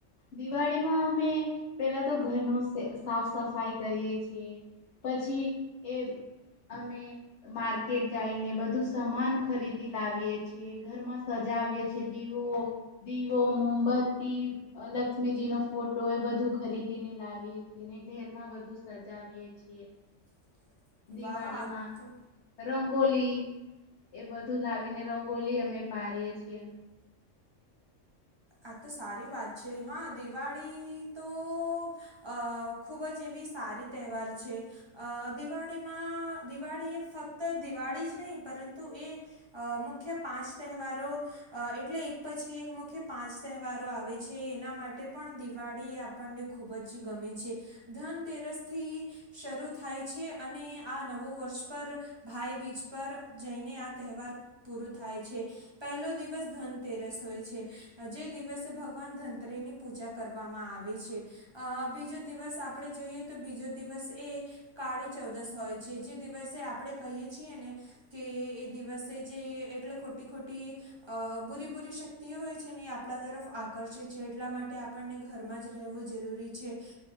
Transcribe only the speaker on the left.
દિવાળીમાં અમે પેલા તો ઘરનું સાફ સફાઈ કરીએ છીએ. પછી એ અમે માર્કેટ જાઈને બધું સમાન ખરીદી લાવીએ છીએ, ઘર માં સજા વીએ છીએ દીવો દીવો, મોમબત્તી, લક્ષ્મીજી નો ફોટો એ બધું ખરીદીને લાવીએ છીએ ને ઘેરમાં બધું સજાવીએ છીએ.
દિવાળીમાં
રંગ રંગોલી એ બધું લાવીને રંગોલી અમે પાડીએ છીએ.